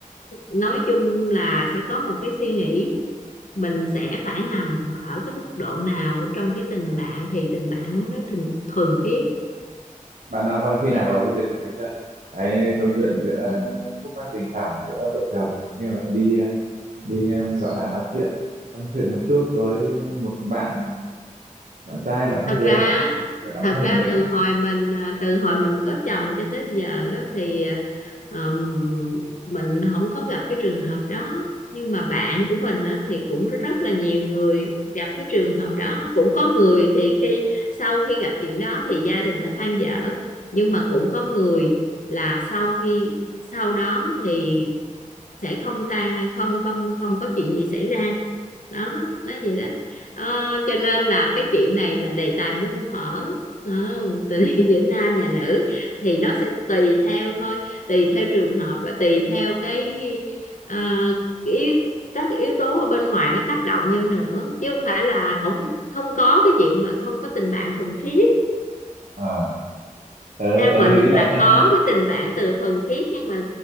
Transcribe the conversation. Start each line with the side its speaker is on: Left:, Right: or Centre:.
Left: nói chung là sẽ có một cái suy nghĩ mình sẽ phải nằm ở cái mức độ nào trong cái tình bạn thì tình bạn nó mới tình thuần khiết
Right: bạn đã vào khi
Left: đó
Right: nào vào cái trường hợp đấy chưa cái câu chuyện giữa
Left: ừ.
Right: khúc mắc tình cảm giữa vợ chồng nhưng lại đi ờ, đi um, gọi là nói chuyện tâm sự một chút với một bạn bạn trai bạn khác
Left: thật
Right: giới
Left: ra
Right: bạn kiểu bạn
Left: thật
Right: thân
Left: ra
Right: của mình
Left: từ
Right: ấy.
Left: hồi mình à, từ hồi mình có chồng cho tới giờ á, thì à, Ờ, mình không có gặp cái trường hợp đó nhưng mà bạn của mình á, thì cũng rất là nhiều người gặp cái trường hợp đó cũng có người thì khi sau khi gặp chuyện đó thì gia đình nó than dở nhưng mà cũng có người là sau khi sau đó thì sẽ không ta không không không có chuyện gì xảy ra đó nói vậy đó Ờ, cho nên là cái chuyện này là đề tài muôn thuở Đó, tình yêu <laughs> giữa nam và nữ thì nó sẽ tùy theo thôi tùy theo trường hợp và tùy theo cái ờ, cái yếu, các cái yếu tố ở bên ngoài nó tác động vô nữa chứ không phải là không không có cái chuyện mà không có tình bạn thuần khiết
Right: Ờ, tớ
Left: theo
Right: tớ
Left: mình
Right: nghĩ là
Left: là
Right: tất
Left: có
Right: nhiên-
Left: cái tình bạn từ thuần khiết nhưng mà